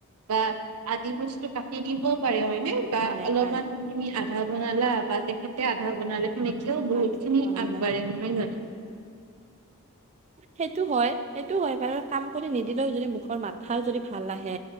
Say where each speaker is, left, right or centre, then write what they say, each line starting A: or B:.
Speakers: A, on the right (about 80°); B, on the right (about 30°).
A: বা আদি বস্তু কাটি দিবও পাৰে হয় বা
B: পাৰে
A: অলপমান
B: পাৰে
A: তুমি আধা বনালা বা তেখেতে আধা বনালে তেও বহুতখিনি
B: পাৰে বনালে
A: আগবাঢ়ে নহয় জানো।
B: সেইটো হয় সেইটো হয় বাৰু কাম কৰি নিদিলেও যদি মুখৰ মাথ খাৰ যদি ভাল আহে।